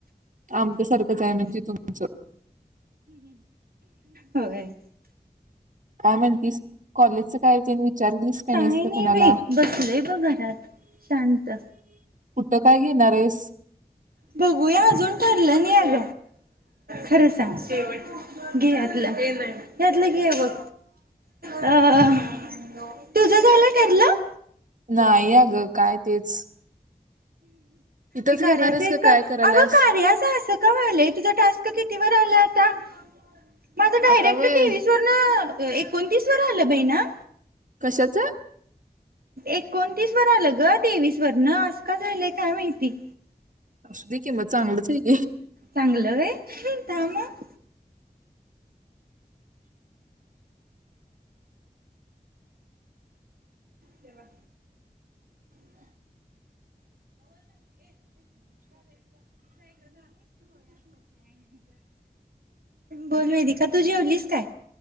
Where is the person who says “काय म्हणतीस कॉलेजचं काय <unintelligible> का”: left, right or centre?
Right